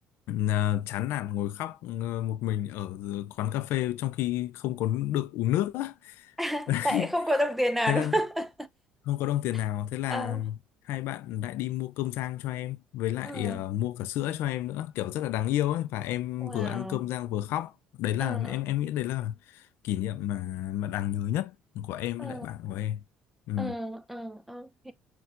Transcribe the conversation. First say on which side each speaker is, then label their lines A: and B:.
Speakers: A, on the left (about 70°); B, in the centre.
A: Ờ, chán nản ngồi khóc ờ, một mình ở quán cà phê trong khi không có được uống nước á.
B: <laughs>
A: <laughs>
B: tại không có đồng tiền nào
A: thế
B: đúng
A: là
B: không
A: không có đồng tiền nào
B: <laughs>
A: thế là
B: Ờ,
A: hai bạn lại đi mua cơm rang cho em với lại
B: ờ,
A: ờ, mua cả sữa cho em nữa kiểu rất là đáng yêu ấy và em
B: wow
A: vừa ăn cơm rang vừa khóc đấy là
B: Ờ, ờ,
A: em em nghĩ đấy là kỷ niệm mà mà đáng nhớ nhất của em
B: ờ,
A: với lại bạn của em ừ.
B: ờ, ờ, ok